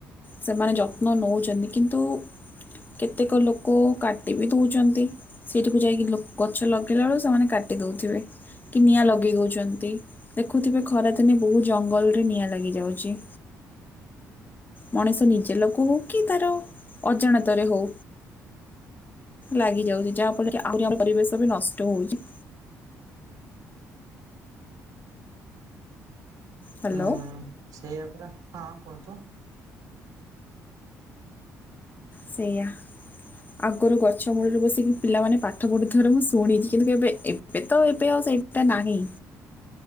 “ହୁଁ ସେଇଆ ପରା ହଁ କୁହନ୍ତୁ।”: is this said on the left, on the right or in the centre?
Right